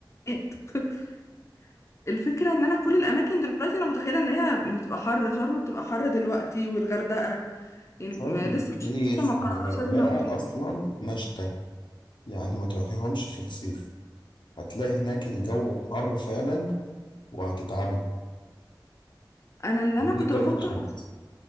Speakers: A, on the left; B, on the left.
A: الشتاء. <laughs> الفكرة ان انا كل الاماكن دلوقتي انا متخيلة ان هي يعني بتبقى حر شرم بتبقى حر دلوقتي والغردقة يعني
B: شرم
A: م- لسه مش
B: الشيخ
A: لسه ما قررناش
B: والغردقة
A: عايزين نروح فين
B: اصلا مشتى يعني ما تروحيهمش في الصيف هتلاقي هناك الجو حر فعلا وهتتعبي
A: انا اللي انا
B: هتجيلك
A: كنت
B: ضربة
A: بفكر
B: شمس